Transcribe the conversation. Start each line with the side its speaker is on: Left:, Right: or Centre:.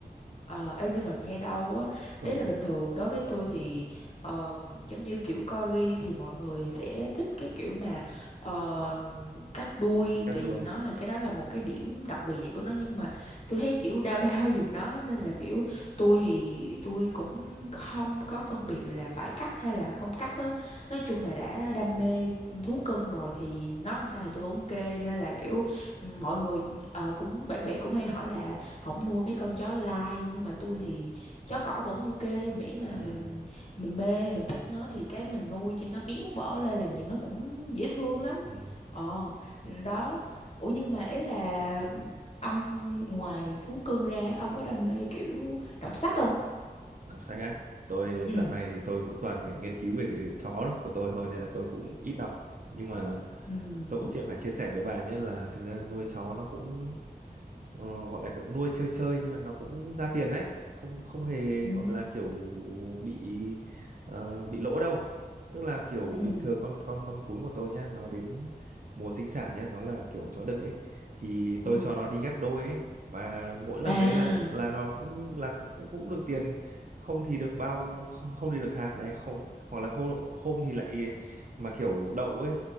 Left: Ờ, ê, nhưng mà nghe đâu á,
Right: ừ
Left: ý là bình thường đối với tôi thì ờm, giống như kiểu corgi thì mọi người sẽ thích cái kiểu mà ờm, cắt đuôi
Right: cắt
Left: tại
Right: đuôi
Left: vì nó là cái đó là một cái điểm đặc biệt vậy của nó nhưng mà tôi thấy kiểu đau đau giùm nó nên là kiểu tôi thì tôi cũng không có phân biệt là phải cắt hay là không cắt á. Nói chung là đã đam mê thú cưng rồi thì nó làm sao thì tôi vẫn ok nên là kiểu ừ, mọi người ờ, cũng bạn bè cũng hay hỏi là không nuôi mấy con chó lai nhưng mà tôi thì chó cỏ vẫn ok miễn là
Right: ừ,
Left: mình mình mê mình thích nó thì cái mình nuôi cho nó béo bở lên là nhìn nó cũng dễ thương lắm
Right: ừ.
Left: ờ đó ủa nhưng mà ý là ông ngoài thú cưng ra ông có đam mê kiểu đọc sách không
Right: đọc sách á tôi
Left: ừ
Right: dạo này thì tôi cũng toàn phải nghiên cứu về cái chó đó của tôi thôi nên là tôi cũng ít đọc nhưng mà
Left: ừ
Right: tôi cũng chỉ phải chia sẻ với bà nhé là thực ra nuôi chó nó cũng ờ, gọi là kiểu nuôi chơi chơi nhưng mà nó cũng ra tiền đấy không không hề
Left: ừ
Right: gọi là kiểu bị ờ, bị lỗ đâu tức là kiểu
Left: ừ
Right: bình thường con con con cún của tôi nhá nó đến mùa sinh sản nhá nó là kiểu chó đực ấy thì tôi
Left: ừ
Right: cho nó đi ghép đôi ấy và mỗi lần
Left: à
Right: đấy là là nó cũng là cũng cũng cũng được tiền không thì được bao không không thì được hạt này không hoặc là hôm hôm thì lại mà kiểu đậu ấy